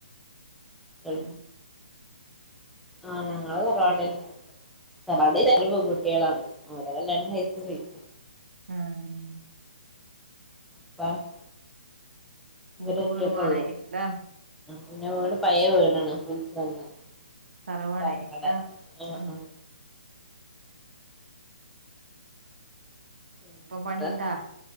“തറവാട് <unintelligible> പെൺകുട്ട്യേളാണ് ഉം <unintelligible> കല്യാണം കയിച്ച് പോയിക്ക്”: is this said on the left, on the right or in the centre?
Centre